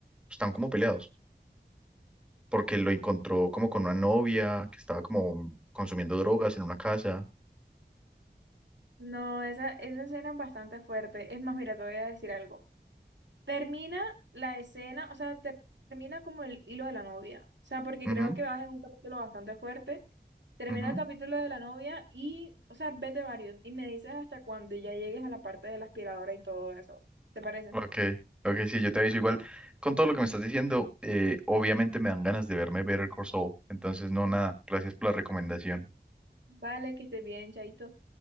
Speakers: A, in the centre; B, on the right.
A: Están como peleados. porque lo encontró como con una novia que estaba como consumiendo drogas en una casa.
B: No, esa, esa escena es bastante fuerte. Es más, mira, te voy a decir algo. Termina la escena, o sea, ter- termina como el hilo de la novia. O sea, porque
A: Ujú,
B: creo que vas en un capítulo bastante fuerte. Termina
A: ujú.
B: el capítulo de la novia y, o sea, vete varios. Y me dices hasta cuando ya llegues a la parte de la aspiradora y todo eso. ¿Te parece?
A: Ok, ok, sí, yo te aviso igual. Con todo lo que me estás diciendo, eh, obviamente me dan ganas de verme Better Call Saul. Entonces, no, nada, gracias por la recomendación.
B: Vale, que estés bien, chaito.